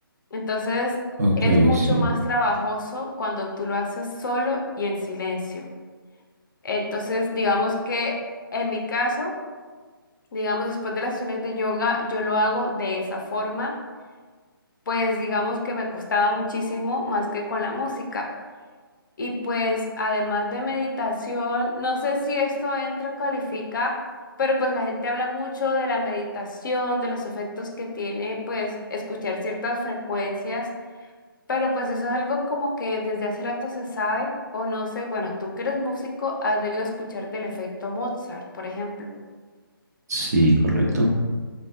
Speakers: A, on the left (about 60°); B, on the right (about 45°).
A: Entonces
B: Ok,
A: es mucho
B: sí.
A: más trabajoso cuando tú lo haces solo y en silencio. Entonces, digamos que en mi caso, digamos después de las sesiones de yoga, yo lo hago de esa forma, pues digamos que me costaba muchísimo más que con la música Y pues además de meditación, no sé si esto entra o califica, pero pues la gente habla mucho de la meditación, de los efectos que tiene pues escuchar ciertas frecuencias, pero pues eso es algo como que desde hace rato se sabe, o no sé, bueno, tú que eres músico, has debido escuchar del efecto Mozart, por ejemplo.
B: Sí, correcto.